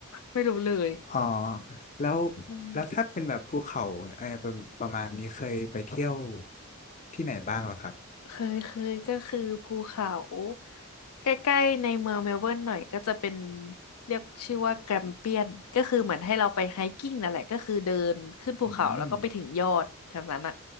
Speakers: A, on the left; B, on the left.
A: ไม่รู้เลย
B: อ๋อแล้ว
A: อืม
B: แล้วถ้าเป็นแบบภูเขาไอ้ประประมาณนี้เคยไปเที่ยวที่ไหนบ้างเหรอครับ
A: เคยเคยก็คือภูเขาใกล้ๆในเมืองเมลเบิร์นหน่อยก็จะเป็นเรียกชื่อว่าแกรมเปียนก็คือเหมือนให้เราไปไฮกิ้งนั่นแหละก็คือเดินขึ้นภูเขาแล้วก็ไปถึงยอดแบบนั้นอ่ะ
B: อืม